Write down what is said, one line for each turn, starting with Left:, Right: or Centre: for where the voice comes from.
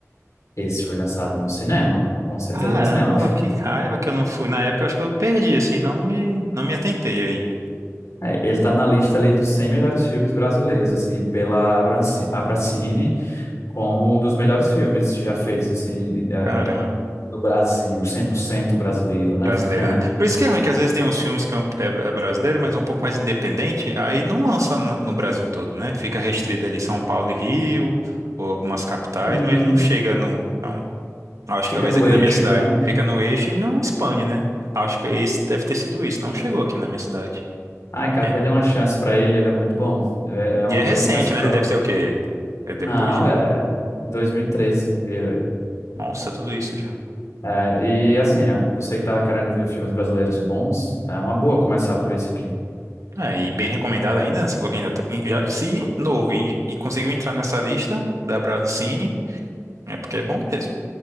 Left: Esse foi lançado no cinema, com certeza
Right: Caramba,
Left: no cinema.
Right: que raiva que eu não fui. Na época, eu acho que eu perdi, assim, não me, não me atentei aí.
Left: É, ele tá na lista ali dos 100 melhores filmes brasileiros, assim, pela Abranci- Abracine, como um dos melhores filmes já feitos, assim, é,
Right: Caramba,
Left: do Brasil, 100% brasileiro, né?
Right: brasileiro,
Left: <laughs>
Right: né? Por isso que é ruim, que às vezes tem uns filmes que é, um- é é brasileiro, mas um pouco mais independente, aí não lança no, no Brasil todo, né? Fica restrito ali São Paulo e Rio, ou algumas capitais,
Left: Sim,
Right: mas não chega num. Acho
Left: fica
Right: que talvez
Left: no
Right: aqui
Left: eixo,
Right: na minha cidade
Left: né?
Right: fica no eixo e não expande, né? Acho que esse deve ter sido isso. Não chegou aqui na minha cidade.
Left: Ai,
Right: É uma
Left: cara,
Right: pena.
Left: pode dar uma chance pra ele, ele é muito bom. É, é uma
Right: E é
Left: boa
Right: recente,
Left: indicação
Right: né?
Left: pra
Right: Ele
Left: você.
Right: deve ser o quê? É depois
Left: Não,
Right: de.
Left: é, é 2013. Ele,
Right: Nossa, tudo isso já.
Left: é, e assim, ó, você que tava querendo ver filmes brasileiros bons, é uma boa começar por esse aqui.
Right: É, e bem recomendado ainda, né? Você falou que ainda tá... e já, se novo e, e conseguiu entrar nessa lista da Brancine, é porque é bom mesmo.